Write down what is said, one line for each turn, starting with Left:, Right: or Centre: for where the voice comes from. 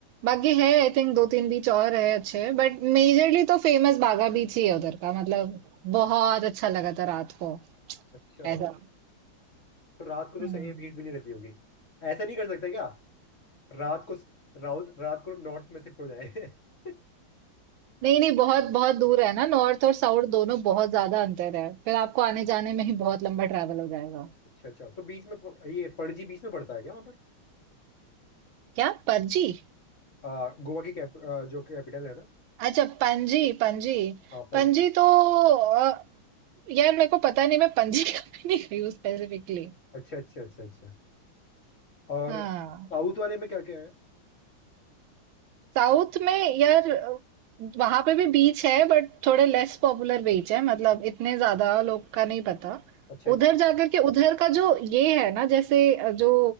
Right: बाकी है आई थिंक दो तीन बीच और है अच्छे बट मेजरली तो फेमस बागा बीच ही है उधर का मतलब बहुत अच्छा लगा था रात को
Left: अच्छा
Right: ऐसा
Left: तो रात को तो
Right: हम्म
Left: सही है भीड़ भी नहीं रहती होगी ऐसा नहीं कर सकते क्या रात को राउस रात को नॉर्थ में शिफ्ट हो जाए <laughs>
Right: नहीं नहीं बहुत बहुत दूर है ना नॉर्थ और साउथ दोनों बहुत ज्यादा अंतर है फिर आपको आने जाने में ही बहुत लंबा ट्रैवल हो जाएगा
Left: अच्छा अच्छा तो बीच में प- ये पणजी बीच में पड़ता है क्या वहाँ पर
Right: क्या पणजी
Left: आ, गोवा की कैप, आ, जो कैपिटल है ना
Right: अच्छा पणजी पणजी
Left: हाँ पणजी
Right: पणजी तो अ, यार मेरे को पता नहीं मैं पणजी <laughs> कभी नहीं गई हूँ स्पेसिफिकली
Left: अच्छा अच्छा अच्छा अच्छा और
Right: हाँ
Left: साउथ वाले में क्या क्या है
Right: साउथ में यार वहां पे भी बीच है बट थोड़े लेस पॉपुलर बीच है मतलब इतने ज्यादा लोग का नहीं पता
Left: अच्छा अच्छा
Right: उधर
Left: अच्छा
Right: जाकर के उधर का जो ये है ना जैसे जो